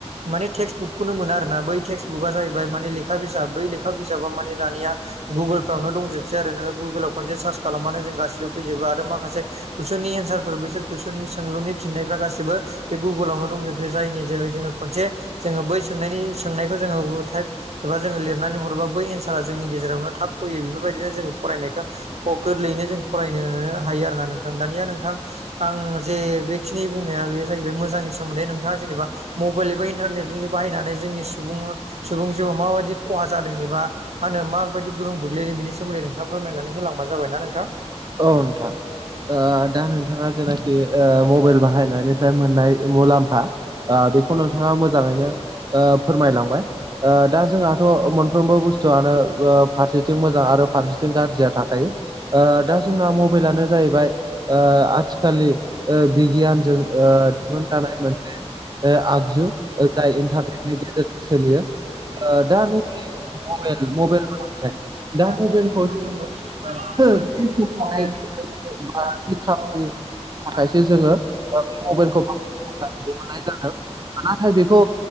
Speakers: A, on the right; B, on the right.
A: माने टेक्सट बुकखौनो मोना आरो ना बै टेक्स्ट बुकआ जाहैबाय माने लेखा बिजाब बै लेखा बिजाबा माने दानिया गुगोलफ्रावनो दंजोबसै आरो नोङो गुगोलाव खनसे सार्च खालामबानो जों गासिबो फैजोबो आरो माखासे कुइसननि एन्सारफोर बैसोर कुइसननि सोंलुनि फिननायफ्रा गासिबो बे गुगोलावनो दंजोबो। जायनि जोहै जोंङो खनसे जोंङो बै सोंनायनि सोंनायखौ जोंङो टाइप एबा जोंङो लिरनानै हरोबा बै एन्सारा जोंनि गेजेरावनो थाब फैयो। बेफोरबायदिनो जोंङो फरायनायखौ ख गोरलैयैनो जों फरायनोनो हायो आरोना नोंथां दानिया नोंथां आं जे बे सिनि बुंनाया बे जाहैबाय मोजांनि सोमोनदै नोंथाङा जेनेबा मबाइल एबा इन्टारनेटनि बाहायनानै जोंनि सुबुं सुबुं जिउआव माबायदि खहा जांदों एबा मा होनो माबायदि गोहोम गोग्लैदों बिनि सोमोन्दै नोंथाङा फोरमायनानै होलांबानो जाबाय ना नोंथां।
B: औ नोंथां। ओ दा नोंथाङा जेनाखि मबाइल बाहायनानै फ्राय मोननाय मुलाम्फा ओ बेखौ नोंथांङा मोजांङैनो ओ फोरमायलांबाय। ओ दा जोंहाथ' मोनफ्रोमबो बुस्थुआनो ओ फारसेथिं मोजां आरो फारसेथिं गाज्रिया थाखायो। ओ दा जोंना मबाइलानो जाहैबाय ओ आथिखलि ओ बिगियानजों ओ दिहुनजानाय मोनसे ओ आगजु। ओ जाय इन्टारनेटनि गेजेरजों सोलियो।
A: <unintelligible>
B: ओ दा नै मबाइल मबाइल दा मबाइलखौ जों
A: <unintelligible>
B: थि समावहाय बा थि खामानि
A: <unintelligible>
B: थाखायसो जोङो ओ बे मबाइलखौ बाहायनो दिहुननाय जादों नाथाय बेखौ